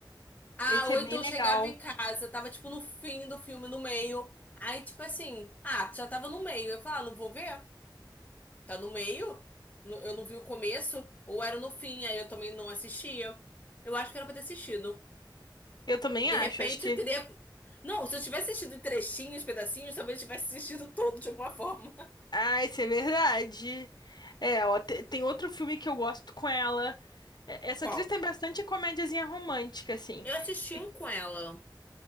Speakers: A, on the left; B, on the left.
A: Ah,
B: Esse
A: ou
B: é bem
A: então eu
B: legal.
A: chegava em casa, tava tipo no fim do filme, no meio. Aí, tipo assim, ah, já tava no meio. Eu falava, ah, não vou ver. Tá no meio? N- Eu não vi o começo, ou era no fim, aí eu também não assistia. Eu acho que era pra ter assistido.
B: Eu também
A: De
B: acho,
A: repente
B: acho que.
A: eu teria. Não, se eu tivesse assistido em trechinhos, pedacinhos, talvez eu tivesse assistido todo de alguma forma.
B: Ah, isso é verdade. É, ó, te- tem outro filme que eu gosto com ela. É, Essa
A: <laughs> Qual?
B: atriz tem bastante comédiazinha romântica, assim.
A: Eu assisti
B: Tem-
A: um com ela.